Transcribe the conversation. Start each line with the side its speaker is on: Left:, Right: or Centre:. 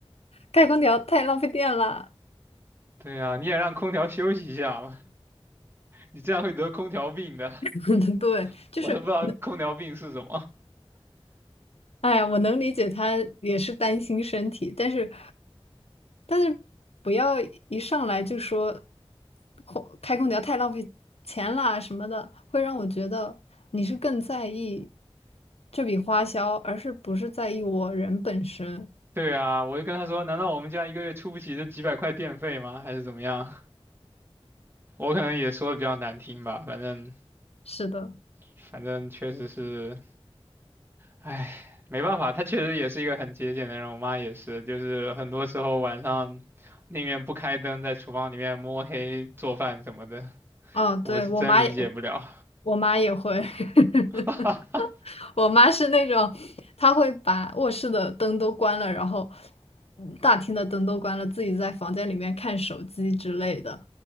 Left: 开空调太浪费电了。
Right: 对啊，你也让空调休息一下嘛，你这样会得空调病的。
Left: <laughs> 对，就是能，
Right: 我都不知道空调病是什么。
Left: 哎呀，我能理解她也是担心身体，但是但是不要一上来就说空开空调太浪费钱啦什么的，会让我觉得你是更在意这笔花销，而是不是在意我人本身。
Right: 对啊，我就跟他说，难道我们家一个月出不起这几百块电费吗？还是怎么样？<laughs> 我可能也说的比较难听吧，反正
Left: 是的。
Right: 反正确实是。唉，没办法，他确实也是一个很节俭的人。我妈也是，就是很多时候晚上宁愿不开灯，在厨房里面摸黑做饭什么的，
Left: 嗯，
Right: 我是真理解不了。
Left: 对，我妈也，我我妈也会，<laughs>
Right: <laughs>
Left: 我妈是那种，她会把卧室的灯都关了，然后大厅的灯都关了，自己在房间里面看手机之类的。